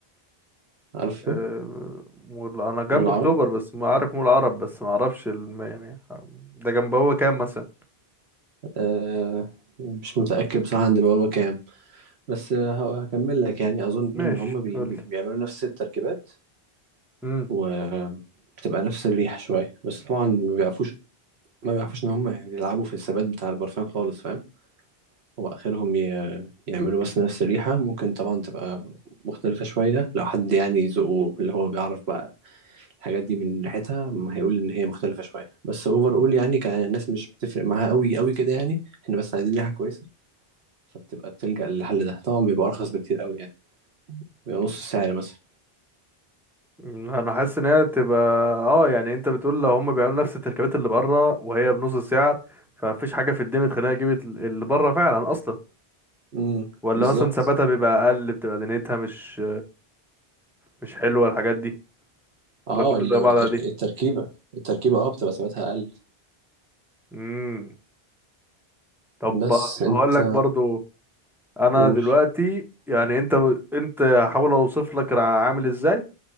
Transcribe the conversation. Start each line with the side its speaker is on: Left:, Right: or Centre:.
Right: عارفه
Centre: آه، مول انا جنب
Right: مول
Centre: اكتوبر
Right: العرب
Centre: بس ما عارف مول عرب بس ما اعرفش الم... يعني ده جنب هو كام مثلا
Right: آه مش متأكد بصراحة عند بوابة كام بس آه، هكمل لك يعني أظن
Centre: ماشي
Right: إن هما بي...
Centre: قول لي
Right: بيعملوا نفس التركيبات
Centre: امم
Right: وبتبقى نفس الريحة شوية بس طبعا ما بيعرفوش ما بيعرفوش ان هم يلعبوا في الثبات بتاع البرفان خالص فاهم هو اخرهم ي... يعملوا بس نفس الريحة ممكن طبعا تبقى مختلفة شوية لو حد يعني ذوقه اللي هو بيعرف بقى الحاجات دي من ريحتها ما هيقول ان هي مختلفة شوية بس اوفر اول يعني كان الناس مش بتفرق معاها قوي قوي كده يعني احنا بس عايزين ريحة كويسة فبتبقى بتلجأ للحل ده طبعا بيبقى ارخص بكتير قوي يعني بيبقى نص السعر مثلا
Centre: انا حاسس ان هي تبقى اه يعني انت بتقول لو هم بيعملوا نفس التركيبات اللي بره وهي بنص السعر فمفيش حاجه في الدنيا تخليني اجيب ال- اللي بره فعلا اصلا
Right: امم
Centre: ولا
Right: بالظبط
Centre: مثلا ثباتها بيبقى اقل بتبقى دنيتها مش مش حلوه الحاجات دي
Right: اه
Centre: ولا كله
Right: لو
Centre: زي بعض
Right: الترك...
Centre: عادي
Right: التركيبة التركيبة اه بتبقى ثباتها أقل
Centre: امم طب
Right: بس أنت
Centre: هقول لك برضو انا
Right: قول
Centre: دلوقتي يعني انت انت هحاول اوصف لك انا عامل ازاي